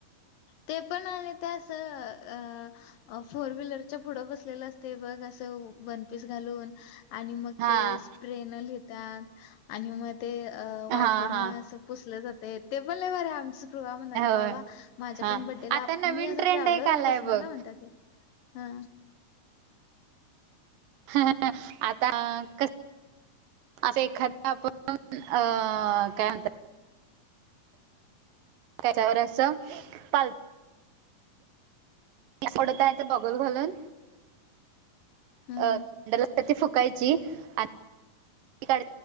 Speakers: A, on the left; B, on the right.
A: ते पण आले ते असं फोर व्हीलरच्या पुढं बसलेलं असते बघ अस बन पीस घालून आणि मग
B: हा
A: ते स्प्रे न घेतात आणि मग ते
B: हा
A: वायपरण
B: हा
A: अस पुोसले जाते ते पण ल बरे आमच कृवा म्हणाले बाबा
B: होय
A: माझ्या
B: हा
A: पण बड्डेला
B: आता नवीन
A: मी असं
B: ट्रेंड
A: ट्रॅव्हलर
B: एक आलाय
A: बसणार
B: बघ
A: ना म्हणत ते ह
B: ह आता कस असं एखाद आपण अ काय म्हणतात त्याच्यावर असं पालथी आवडतयचं बगल घालून
A: हं.
B: अ कड फुकायची आणि का